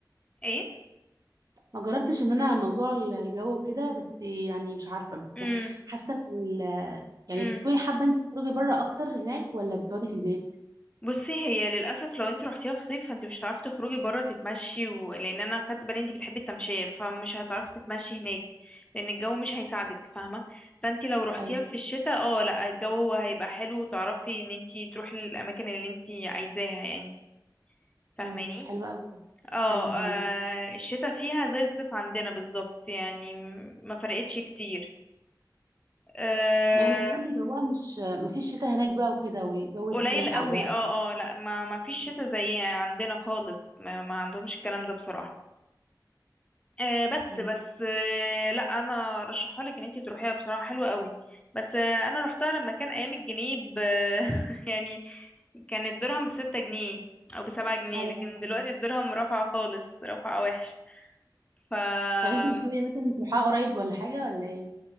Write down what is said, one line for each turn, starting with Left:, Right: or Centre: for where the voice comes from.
Left: ايه
Right: ما جربتش ان انا موضوع ال- الجو وكده بس يعني مش عارفه بس
Left: مم.
Right: حاسه ان ال- يعني
Left: مم.
Right: بتكوني حابه انت تخرجي بره اكتر هناك ولا بتقعدي في البيت
Left: بصي هي للاسف لو انت رحتيها في صيف فانت مش هتعرفي تخرجي بره تتمشي و... لان انا خدت بالي انت بتحبي التمشيه فمش هتعرفي تتمشي هناك لان الجو مش هيساعدك فاهمه فانت لو رحتيها
Right: ايوه
Left: في الشتاء اه لا الجو هيبقى حلو وتعرفي ان انت تروحي الاماكن اللي انت عايزاها يعني فاهماني
Right: امم حلوه قوي
Left: اه
Right: ايوه فاهمك
Left: آه، الشتاء فيها زي الصيف عندنا بالظبط يعني م- ما فرقتش كتير آه،
Right: يعني كمان جوها مش ما فيش شتاء هناك بقى وكده والجو الساقع
Left: قليل قوي
Right: بقى
Left: اه اه لا ما ما فيش
Right: امم
Left: شتاء زي عندنا خالص ما, ما عندهمش الكلام ده بصراحه آه بس
Right: أمم.
Left: بس آه لا انا رشحها لك ان انت تروحيها بصراحه حلوه قوي بس آه انا رحتها لما كان ايام الجنيه ب <laughs> يعني كان الدرهم بستة جنيه او بسبعة جنيه
Right: ايوه
Left: لكن
Right: فاهمك
Left: دلوقتي الدرهم رفع خالص رفع وحش ف آه،
Right: طب انت مش ناويه مثلا تروحيها قريب ولا حاجه ولا ايه